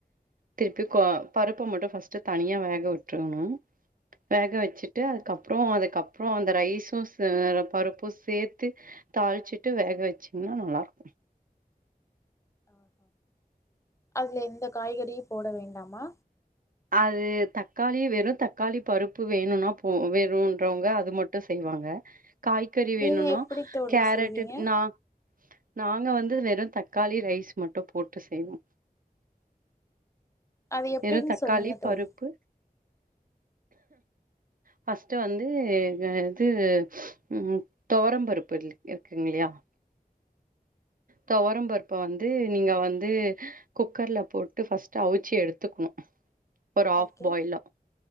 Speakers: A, on the right; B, on the left.
A: திருப்பி பருப்ப மட்டு ஃபர்ஸ்ட்டு தனியா வேக விட்டுரணு வேக வச்சுட்டு அதுக்குப்புறோ அப்புறோ அதுக்கப்புறோ அந்த ரைஸு பருப்பு சேத்து தாள்சிட்டு வேக வெச்சிங்னா நல்லா இருக்கோ
B: <inaudible> அதுல எந்த காய்கறியு போட வேண்டாமா
A: அது தக்காளி வெறு தக்காளி பருப்பு வேணும்னா போ வேணுன்றவங்க அது மட்டு செய்வாங்க காய்கறி
B: நீங்க
A: வேணும்னா
B: எப்டி தோழி
A: கேரட்டு
B: செய்வீங்க
A: நா நாங்க வந்து வெறு தக்காளி ரைஸ் மட்டு போட்டு செய்வோ
B: அது எப்டின்னு
A: வெறு தக்காளி
B: சொல்லுங்க தோழி
A: பருப்பு ஃபர்ஸ்ட் வந்து க இது ம் துவரம் பருப்பு இருக்குங்க இல்லையா துவரம்பருப்ப வந்து நீங்க வந்து குக்கர்ல போட்டு ஃபர்ஸ்ட் அவிச்சி எடுத்துக்கணு ஒரு ஆஃப்
B: ஓகே
A: பாயிலா